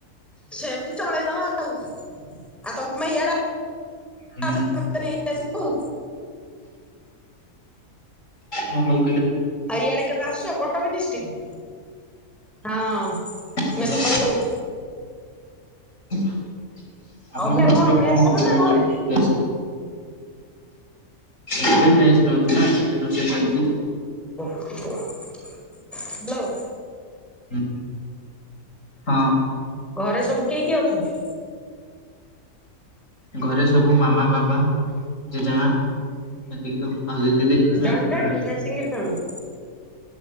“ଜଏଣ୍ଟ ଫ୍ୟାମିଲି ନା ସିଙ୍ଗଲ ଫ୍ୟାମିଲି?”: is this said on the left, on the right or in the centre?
Centre